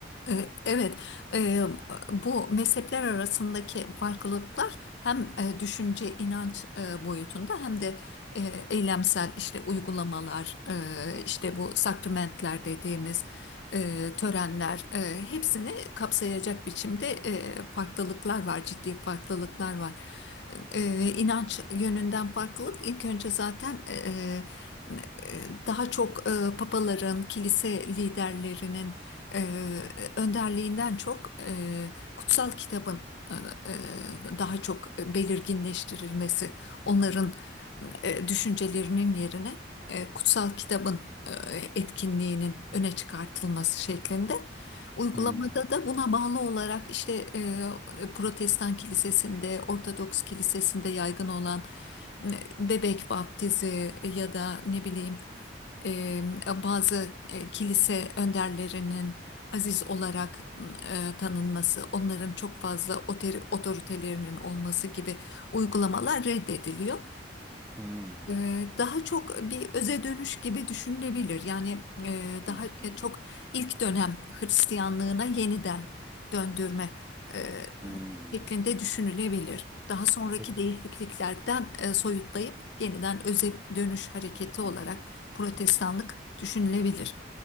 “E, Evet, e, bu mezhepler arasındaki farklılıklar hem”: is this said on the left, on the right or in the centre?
Left